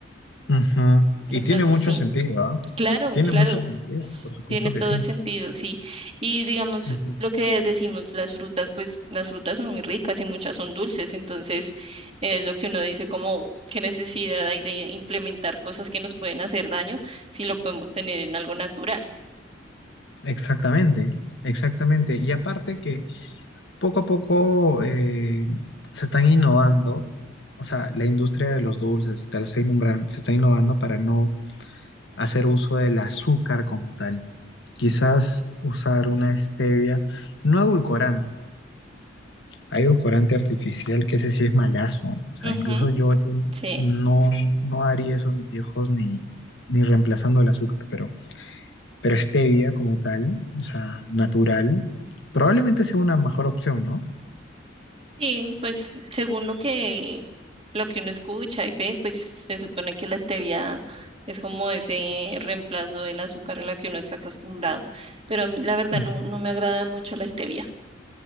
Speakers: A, on the left; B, on the right.
A: Ujú.
B: Entonces,
A: Y tiene mucho
B: sí.
A: sentido, ¿ah?
B: Claro,
A: Tiene
B: claro,
A: mucho sentido, por supuesto
B: tiene todo
A: que sí.
B: el sentido, sí. Y digamos,
A: Ujú.
B: lo que decimos, las frutas, pues las frutas son muy ricas y muchas son dulces, entonces es lo que uno dice como qué necesidad hay de implementar cosas que nos pueden hacer daño si lo podemos tener en algo natural.
A: Exactamente, exactamente. Y aparte que poco a poco eh, se están innovando, o sea, la industria de los dulces y tal se, innumbran- se está innovando para no hacer uso del azúcar como tal. Quizás usar una stevia, no edulcorante, hay edulcorante artificial que ese sí es malazo. O sea,
B: Ujú,
A: incluso yo ese
B: sí.
A: no, Sí. no daría eso a mis hijos ni, ni reemplazando el azúcar, pero, pero stevia como tal, o sea, natural, probablemente sea una mejor opción, ¿no?
B: Sí, pues según lo que lo que uno escucha y ve, pues se supone que la stevia es como ese reemplazo del azúcar a la que uno está acostumbrado, pero a mí la verdad
A: Ujú.
B: no, no me agrada mucho la stevia.